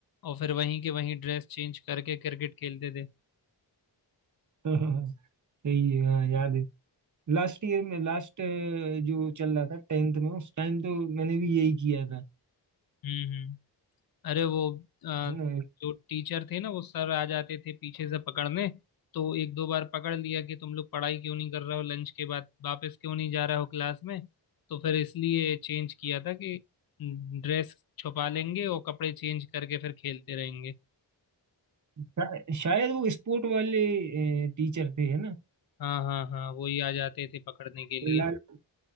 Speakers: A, on the left; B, on the right.
A: और फिर वहीं के वहीं ड्रेस चेंज करके क्रिकेट खेलते थे
B: <laughs> सही है हाँ याद है लास्ट ईयर में लास्ट जो चल रहा था टेंथ में उस टाइम तो मैंने भी यही किया था
A: हम्म हम्म अरे वो आ,
B: है ना
A: जो टीचर थे ना वो सर आ जाते थे पीछे से पकड़ने तो एक दो बार पकड़ लिया कि तुम लोग पढ़ाई क्यों नहीं कर रहे हो लंच के बाद वापस क्यों नहीं जा रहे हो क्लास में तो फिर इसलिए चेंज किया था कि ड्रेस छुपा लेंगे और कपड़े चेंज करके फिर खेलते रहेंगे
B: शा- शायद वो स्पोर्ट वाले टीचर थे है ना
A: हाँ हाँ हाँ वही आ जाते थे पकड़ने के लिए
B: लाल